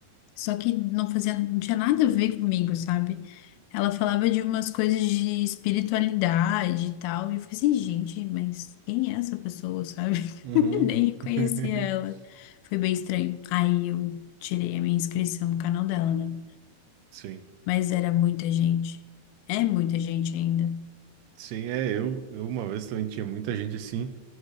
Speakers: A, on the left (about 80°); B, on the right (about 80°).
A: Só que não fazia, não tinha nada a ver comigo, sabe? Ela falava de umas coisas de espiritualidade e tal. E eu fiquei assim, gente, mas quem é essa pessoa, sabe? <laughs>
B: Uhum.
A: Nem reconhecia
B: <laughs>
A: ela. Foi bem estranho. Aí eu tirei a minha inscrição no canal dela, né?
B: Sim.
A: Mas era muita gente. É muita gente ainda.
B: Sim, é, eu, eu uma vez também tinha muita gente assim,